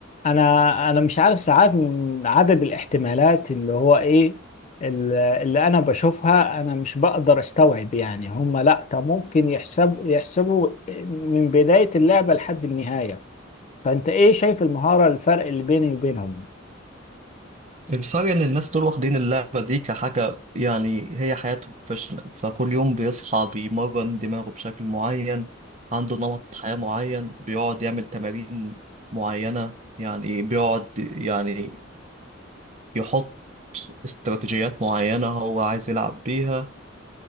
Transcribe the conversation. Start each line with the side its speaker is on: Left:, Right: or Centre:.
Left: انا انا مش عارف ساعات من عدد الاحتمالات اللي هو ايه ال- اللي انا بشوفها انا مش بقدر استوعب يعني هم لا طب ممكن يحسب يحسبوا من بداية اللعبة لحد النهاية فانت ايه شايف المهارة الفرق اللي بيني وبينهم
Right: الفرق إن الناس دول واخدين اللعبة دي كحاجة يعني هي حياته بروفيشنال فكل يوم بيصحى بيمرن دماغه بشكل معين عنده نمط حياة معين بيقعد يعمل تمارين معينة يعني بيقعد يعني يحط استراتيجيات معينة هو عايز يلعب بيها